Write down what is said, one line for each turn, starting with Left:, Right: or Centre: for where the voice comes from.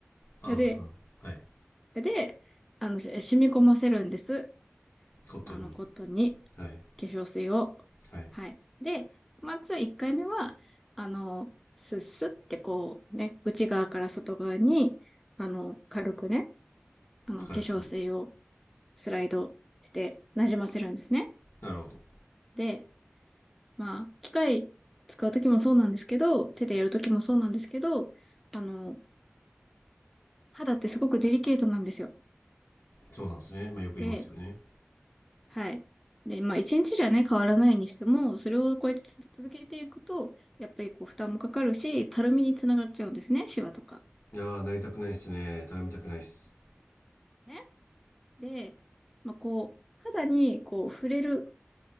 Left: あ
Centre: で、
Left: あ、はい。
Centre: で、あの、染み込ませるんです。
Left: コットンに。
Centre: あの、コットンに。
Left: はい。
Centre: 化粧水を。
Left: はい。
Centre: はい。で、まず1回目は、あの、スッスってこうね、内側から外側に、あの、軽くね、あの、
Left: 軽く。
Centre: 化粧水をスライドして馴染ませるんですね。
Left: なるほど。
Centre: で、まあ、機械使うときもそうなんですけど、手でやるときもそうなんですけど、あの、肌ってすごくデリケートなんですよ。
Left: そうなんですね。まあよく言いますよね。
Centre: で、はい。で、まあ、一日じゃね、変わらないにしても、それをこうやって続けていくと、やっぱりこう、負担もかかるし、たるみにつながっちゃうんですね、シワとか。
Left: いやー、なりたくないっすね。頼みたくないっす。
Centre: ね。で、まあ、こう、肌にこう、触れる